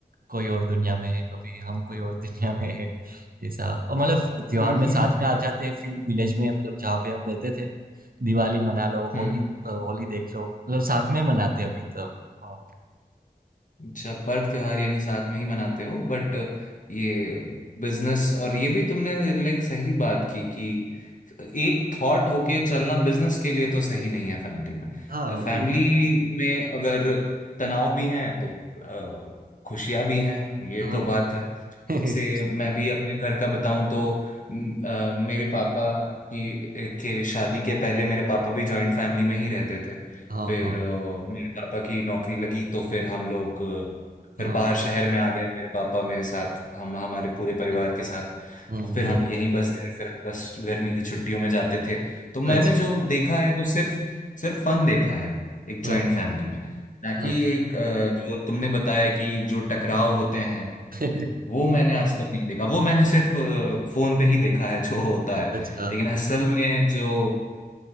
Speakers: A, on the right; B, on the left.
A: कोई और दुनिया में है, अभी हम कोई और दुनिया में है ऐसा और मतलब त्योहार
B: हम्म,
A: में साथ
B: हम्म,
A: में आ जाते हैं फिर विलेज में मतलब जहाँ पे हम रहते थे दिवाली मना लो
B: हम्म।
A: होली अ, होली देख लो मतलब साथ में मनाते हैं अभी तक हाँ
B: अच्छा पर्व त्योहार यानी साथ में ही मनाते हो बट ये बिजनेस और ये भी तुमने लाइक सही बात की कि एक थॉट होके चलना बिजनेस के लिए तो सही नहीं है फैमिली में
A: हाँ
B: फैमिली
A: वो
B: में अगर तनाव भी हैं तो अ, खुशियां भी हैं ये
A: हाँ
B: तो बात है
A: <laughs>
B: जैसे मैं भी अपने घर का बताऊं तो म, अ, मेरे पापा की के शादी के पहले मेरे पापा भी जॉइंट फैमिली में ही रहते थे
A: हाँ
B: फिर
A: हाँ
B: अ, मेरे पापा की नौकरी लगी तो फिर हम लोग अ, फिर
A: हाँ
B: बाहर शहर में आ गए मेरे पापा मेरे साथ हम हमारे पूरे परिवार
A: हाँ,
B: के साथ
A: हम्म
B: और फिर
A: हम्म
B: हम यहीं बस गए फिर हम बस गर्मी की छुट्टियों में जाते थे तो मैंने
A: अच्छा
B: जो देखा है वो सिर्फ सिर्फ फन देखा है एक
A: हाँ
B: जॉइंट फैमिली में ना कि
A: हाँ
B: एक अ, जो तुमने बताया कि जो टकराव होते हैं
A: <laughs>
B: वो मैंने आज तक नहीं देखा वो मैंने सिर्फ फोन पे ही देखा है जो होता है
A: अच्छा
B: लेकिन असल में जो